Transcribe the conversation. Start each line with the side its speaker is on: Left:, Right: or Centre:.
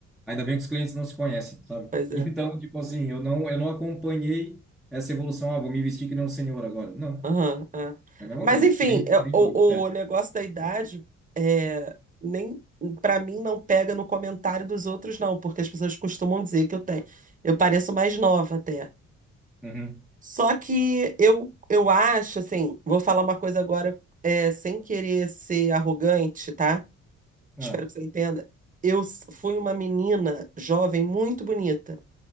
Centre: Ainda bem que os clientes não se conhecem, sabe?
Right: Pois
Centre: <laughs> Então,
Right: é.
Centre: tipo assim, eu não, eu não acompanhei essa evolução. Ah, vou me vestir que nem um senhor agora. Não,
Right: Aham, é.
Centre: é a mesma
Right: Mas
Centre: coisa,
Right: enfim,
Centre: que nem,
Right: é,
Centre: que nem
Right: o,
Centre: tu. É.
Right: o negócio da idade é, nem para mim não pega no comentário dos outros, não, porque as pessoas costumam dizer que eu tenho, eu pareço mais nova até.
Centre: Uhum.
Right: Só que eu, eu acho, assim, vou falar uma coisa agora, é, sem querer ser arrogante, tá?
Centre: Ah,
Right: Espero que você entenda. Eu s- fui uma menina jovem muito bonita.